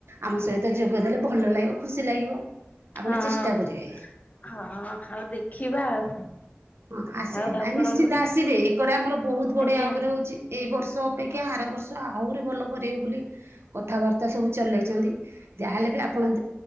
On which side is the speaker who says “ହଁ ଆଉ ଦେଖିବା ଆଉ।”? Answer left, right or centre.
Left